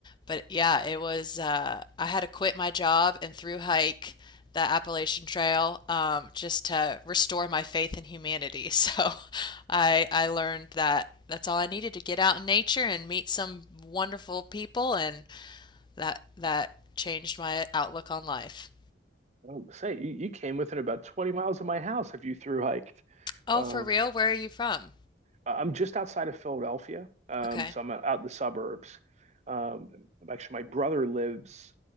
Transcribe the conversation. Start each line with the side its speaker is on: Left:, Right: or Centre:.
Left: but yeah, it was, uh, I had to quit my job and through hike the Appalachian Trail um, just to restore my faith in humanity. <laughs> So I, I learned that that's all I needed to get out in nature and meet some wonderful people, and that, that changed my outlook on life.
Right: Um, say you, you came within about twenty miles of my house if you through hiked.
Left: Oh,
Right: Um,
Left: for real? Where are you from?
Right: I'm just outside of Philadelphia, um,
Left: Okay.
Right: so I'm out in the suburbs. Um, actually, my brother lives,